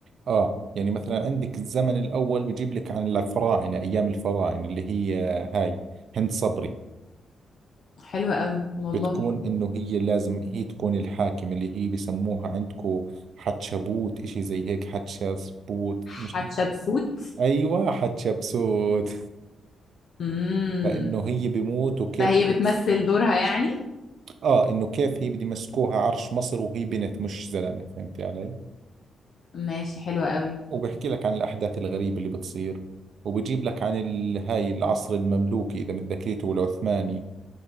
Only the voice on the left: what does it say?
حلوة قوي والله
حتشبسوت
امم
فهي
بتمثل دورها يعني
ماشي حلوة قوي